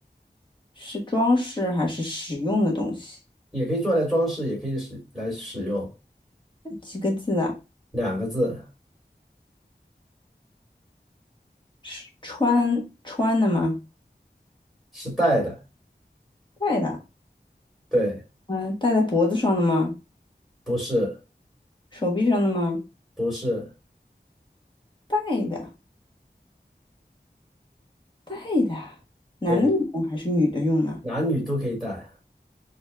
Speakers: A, on the left; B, in the centre.
A: 是装饰还是使用的东西？
B: 也可以做来装饰，也可以使来使用。
A: 几个字啊？
B: 两个字
A: 是穿穿的吗？
B: 是带的，
A: 戴的？
B: 对，
A: 嗯，戴在脖子上的吗？
B: 不是，
A: 手臂上的吗？
B: 不是，
A: 戴的，戴的，男的用还是女的用呢？
B: 对，男女都可以带。